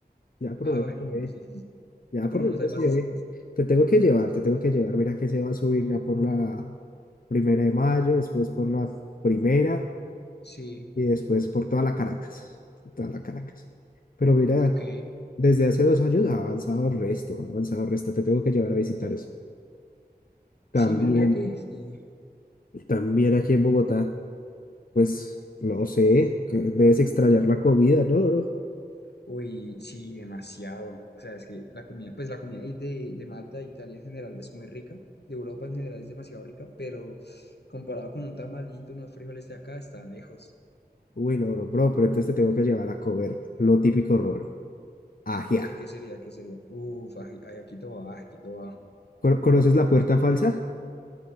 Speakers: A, on the left (about 55°); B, on the left (about 80°).
A: ya por
B: Ah,
A: lo menos
B: bueno,
A: se ve,
B: bueno, sí, sí, sí.
A: ya
B: Ya por
A: por
B: lo
A: lo
B: menos
A: menos
B: hay pasecitas.
A: se ve. Te tengo que llevar, te tengo que llevar. Mira que se va a subir ya por la primera de mayo, después por la primera
B: Sí,
A: y después por toda la Caracas, toda la Caracas. Pero mira,
B: ok.
A: desde hace dos años ha avanzado el resto, ha avanzado el resto. Te tengo que llevar a visitar eso. También,
B: Sí, mira, mira que sí.
A: también aquí en Bogotá, pues no sé, que debes extrañar la comida, ¿no, bro?
B: Uy, sí, demasiado. O sea, es que la comida, pues la comida ahí de, de Malta, de Italia en general es muy rica, de Europa en general es demasiado rica, pero comparado con un tamalito, unos frijoles de acá, está lejos.
A: Uy, no, bro, bro, pero entonces te tengo que llevar a comer lo típico rolo, ajiaco.
B: ¿Qué, qué sería? ¿Qué sería? Uf, ay, ay, aquí todo va, aquí todo va.
A: ¿Cono- ¿Conoces la Puerta Falsa?